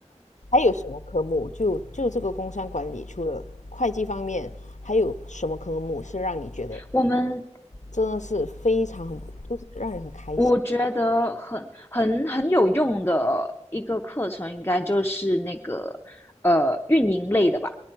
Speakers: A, on the left; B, on the left.
A: 还有什么科目？就就这个工商管理，除了会计方面，还有什么科目是让你觉得
B: 我们
A: 真的是非常很，就是让人很开心。
B: 我觉得很很很有用的一个课程，应该就是那个呃运营类的吧。